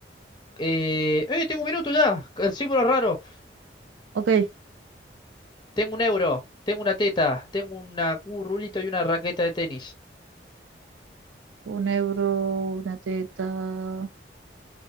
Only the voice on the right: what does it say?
Ok,
un euro, una teta.